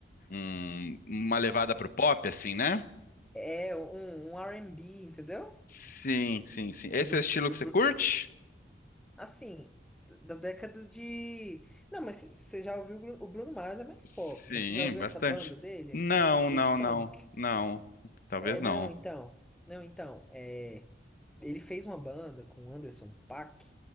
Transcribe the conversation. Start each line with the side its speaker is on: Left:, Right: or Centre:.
Left: um- uma levada pro pop, assim, né?
Centre: É um, um R&B, entendeu?
Left: Sim, sim, sim. Esse
Centre: É do,
Left: é o estilo
Centre: do
Left: que você
Centre: Bru-
Left: curte?
Centre: assim, da década de. Não, mas você já ouviu o Bru- o Bruno Mars é mais
Left: Sim,
Centre: pop, mas você já ouviu
Left: bastante.
Centre: essa banda dele?
Left: Não,
Centre: A Silk
Left: não,
Centre: Sonic?
Left: não, não. Talvez
Centre: É,
Left: não.
Centre: não, então. Não, então. É, ele fez uma banda com o Anderson Paak,